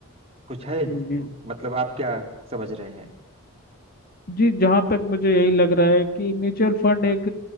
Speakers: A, on the right; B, on the left.
A: कुछ है
B: जी
A: मतलब आप क्या समझ रहे हैं
B: जी जहाँ तक मुझे यही लग रहा है कि म्यूचुअल फंड एक